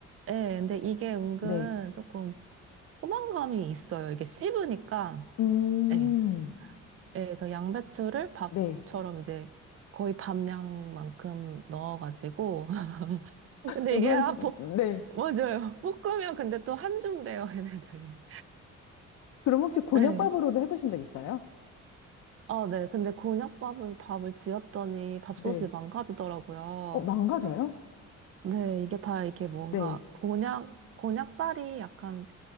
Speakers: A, on the right; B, on the left.
A: 예, 근데 이게 은근
B: 네,
A: 조금 포만감이 있어요. 이게 씹으니까.
B: 음,
A: 예. 예, 그래서 양배추를 밥처럼
B: 네.
A: 이제 거의 밥량만큼 넣어가지고. <laughs> 근데
B: 좀,
A: 이게 아, 볶,
B: 네.
A: 맞아요. 볶으면 근데 또 한줌 돼요, 얘네들이.
B: 그럼 혹시 곤약밥으로도
A: 네.
B: 해보신 적 있어요?
A: 아, 네. 근데 곤약밥을 밥을 지었더니 밥솥이
B: 네,
A: 망가지더라고요.
B: 어, 망가져요?
A: 네, 이게 다 이렇게 뭔가
B: 네,
A: 곤약 곤약살이 약간